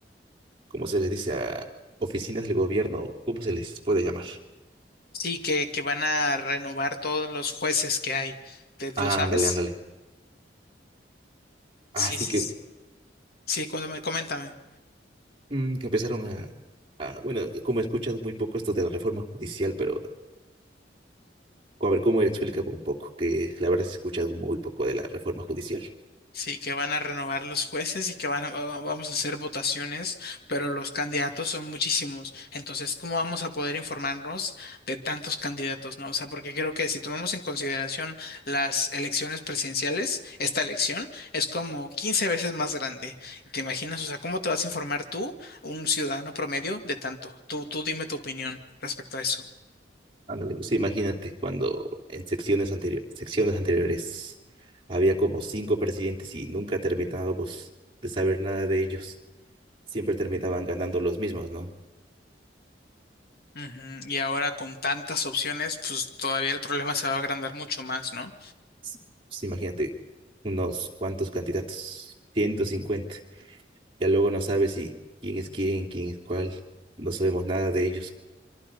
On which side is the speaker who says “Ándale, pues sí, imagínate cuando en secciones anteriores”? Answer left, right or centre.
Right